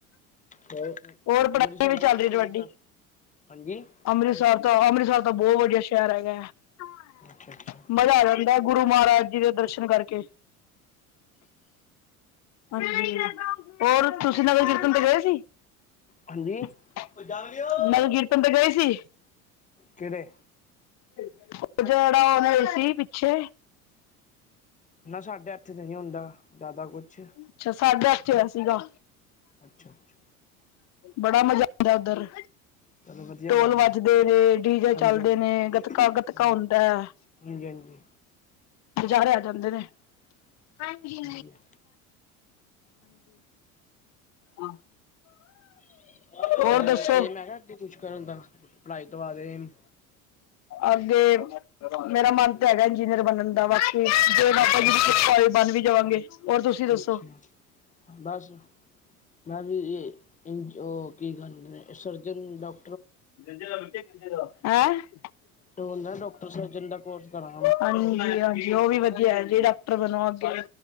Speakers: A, on the left; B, on the left.
A: ਹੋਰ
B: ਹੋਰ ਪੜ੍ਹਾਈ
A: ਅੰਮ੍ਰਿਤਸਰ
B: ਵੀ
A: ਗਏ
B: ਚੱਲ
A: ਸੀ
B: ਰਹੀ
A: ।ਅੰਮ੍ਰਿਤਸਰ
B: ਤੁਹਾਡੀ
A: ਹਾਂਜੀ
B: ਅੰਮ੍ਰਿਤਸਰ ਤੋਂ ਅੰਮ੍ਰਿਤਸਰ ਤਾਂ ਬਹੁਤ ਵਧੀਆ ਸ਼ਹਿਰ ਹੈਗਾ ਹੈ।
A: ਅੱਛਾ ਅੱਛਾ
B: ਮਜ਼ਾ ਆ ਜਾਂਦਾ ਗੁਰੂ ਮਹਾਰਾਜ ਜੀ ਦੇ ਦਰਸ਼ਨ ਕਰਕੇ ਅੱਛਾ। ਹੋਰ ਤੁਸੀ ਨਗਰ ਕੀਰਤਨ
A: ਹੂੰ
B: ਤੇ ਗਏ ਸੀ?
A: ਹਾਂਜੀ
B: ਨਗਰ
A: ਉਹ ਜੰਗਲੀਓ
B: ਕੀਰਤਨ ਤੇ ਗਏ ਸੀ?
A: ਕਿਹੜੇ
B: ਉਹਜ ਜਿਹੜਾ ਉਹਨ ਸੀ। ਪਿੱਛੇ
A: ਨਾ ਸਾਡੇ ਏਥੇ ਤੇ ਨਹੀਂ ਹੁੰਦਾ। ਜ਼ਿਆਦਾ ਕੁਛ
B: ਅੱਛਾ। ਸਾਢੇ ਏਥੇ ਹੋਇਆ ਸੀਗਾ।
A: ਅੱਛਾ ਅੱਛਾ
B: ਬੜਾ ਮਜ਼ਾ ਆਉਂਦਾ ਉਧਰ
A: ਚਲੋ ਵਧੀਆ
B: ਢੋਲ
A: ਗੱਲ ਹੈ
B: ਵੱਜਦੇ ਨੇ ਡੀਜੇ
A: ਹਾਂਜੀ
B: ਚਲਦੇ
A: ਹਾਂਜੀ
B: ਨੇ ਗਤਕਾ ਗਤਕਾ
A: ਹਾਂਜੀ
B: ਹੁੰਦਾ ਹੈ।
A: ਹਾਂਜੀ ਹਾਂਜੀ
B: ਨਜ਼ਾਰੇ ਆ ਜਾਂਦੇ ਨੇ ਹਾਂਜੀ
A: ਵਧੀਆ
B: ਹਾ
A: <inaudible>
B: ਹੋਰ ਦੱਸੋ।
A: ਇਹ ਮੈਂ ਕਿਹਾ ਅੱਗੇ ਕੁਛ ਕਰਨ ਦਾ ਪੜ੍ਹਾਈ ਤੋਂ ਬਾਅਦ ਇਹ
B: ਅੱਗੇ ਮੇਰਾ ਮਨ ਤਾਂ ਹੈਗਾ ਇੰਜੀਨੀਅਰ ਬਣਨ ਦਾ ਬਸ ਤੇ ਜੇ ਬਾਬਾ ਜੀ ਦੀ
A: ਅੱਛਾ
B: ਸ਼ਹੀਦੀ ਕ੍ਰਿਪਾ ਨਾਲ ਬਣ ਵੀ ਜਾਵਾਂਗੇ। ਹੋਰ ਤੁਸੀਂ ਦੱਸੋ
A: ਅੱਛਾ। ਬਸ ਮੈਂ ਵੀ ਇ ਉਹ ਕੀ ਕਰਦੇ ਨੇ ਸਰਜਨ ਡਾਕ
B: <unintelligible>
A: ਉਹ ਨਾ ਡਾਕਟਰ ਸਰਜਨ ਦਾ ਕੋਰਸ ਕਰਾਂ
B: ਹਾਂਜੀ ਹਾਂਜੀ। ਉਹ ਵੀ ਵਧੀਆ ਹੈ। ਜ ਡਾਕਟਰ ਬਣੋ ਅੱਗੇ